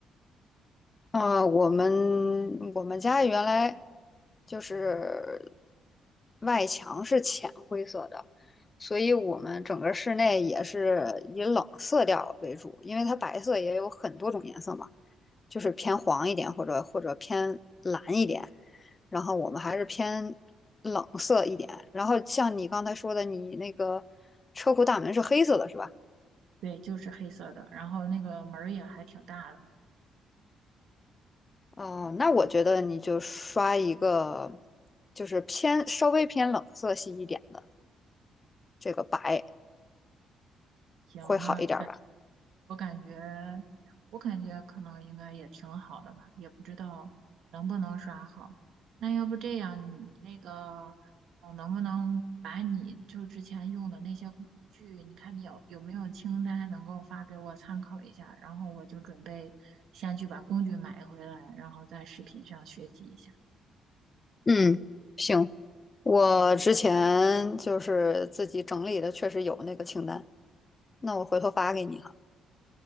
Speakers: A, on the left; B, on the right.
A: 啊，我们我们家原来就是外墙是浅灰色的，所以我们整个室内也是以冷色调为主，因为它白色也有很多种颜色嘛，就是偏黄一点或者或者偏蓝一点，然后我们还是偏冷色一点。然后像你刚才说的，你那个车库大门是黑色的，是吧？
B: 对，就是黑色的，然后那个门儿也还挺大的。
A: 哦，那我觉得你就刷一个，就是偏稍微偏冷色系一点的，这个白
B: 行，
A: 会好一点吧？
B: 那感我感觉，我感觉可能应该也挺好的吧，也不知道能不能刷好。那要不这样，你那个，呃能不能把你就之前用的那些工具，你看你有有没有清单能够发给我参考一下，然后我就准备先去把工具买回来，然后在视频上学习一下。
A: 嗯，行，我之前就是自己整理的，确实有那个清单，那我回头发给你哈。